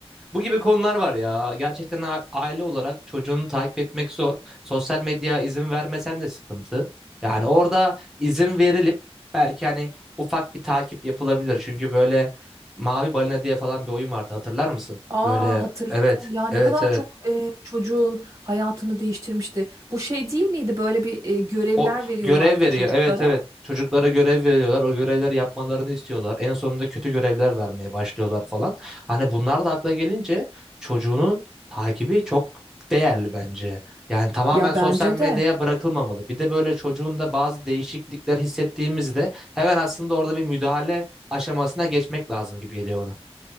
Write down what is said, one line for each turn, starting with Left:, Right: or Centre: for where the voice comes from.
Centre: bu gibi konular var ya. Gerçekten a- aile olarak çocuğunu takip etmek zor. Sosyal medya izin vermesen de sıkıntı. Yani orada izin verilip belki hani ufak bir takip yapılabilir. Çünkü böyle Mavi Balina diye falan bir oyun vardı hatırlar mısın?
Right: Aa
Centre: Böyle
Right: hatırladım.
Centre: evet
Right: Ya ne
Centre: evet
Right: kadar
Centre: evet
Right: çok e, çocuğun hayatını değiştirmişti. Bu şey değil miydi? Böyle bir e, görevler
Centre: O
Right: veriyorlardı
Centre: görev veriyor.
Right: çocuklara.
Centre: Evet evet. Çocuklara görev veriyorlar. O görevleri yapmalarını istiyorlar. En sonunda kötü görevler vermeye başlıyorlar falan. Hani bunlar da akla gelince çocuğunun takibi çok değerli bence. Yani tamamen
Right: Ya
Centre: sosyal
Right: bence
Centre: medyaya
Right: de.
Centre: bırakılmamalı. Bir de böyle çocuğun da bazı değişiklikler hissettiğimizde hemen aslında orada bir müdahale aşamasına geçmek lazım gibi geliyor bana.